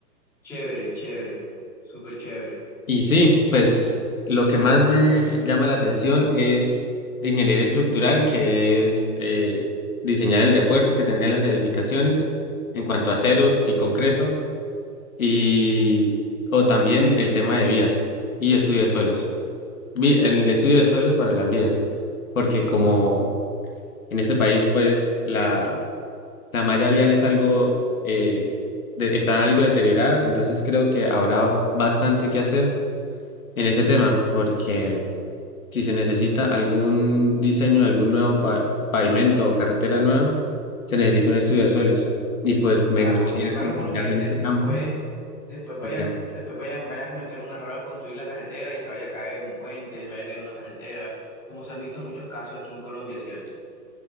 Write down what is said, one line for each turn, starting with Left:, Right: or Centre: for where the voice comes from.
Centre: Chévere, chévere, súper chévere.
Left: Y sí, pues lo que más me llama la atención es la ingeniería estructural, que es eh, diseñar el refuerzo que tendrían las edificaciones en cuanto a acero y concreto, y o también el tema de vías y estudio de suelos. Vi- En el estudio de suelos para las vías, porque como en este país, pues la, la malla vial es algo, eh, de- está algo deteriorada, entonces creo que habrá bastante que hacer en ese tema, porque si se necesita algún diseño de algún nuevo pa- pavimento o carretera nueva, se necesita un estudio de suelos. Y pues me
Centre: Claro,
Left: gustaría
Centre: claro,
Left: encaminarme
Centre: porque de-
Left: en ese
Centre: después,
Left: campo
Centre: después vaya,
Left: y ya.
Centre: después vayan, vaya a cometer un error al construir la carretera y se vaya a caer un puente, se vaya a caer una carretera, como se han visto muchos casos aquí en Colombia, ¿cierto?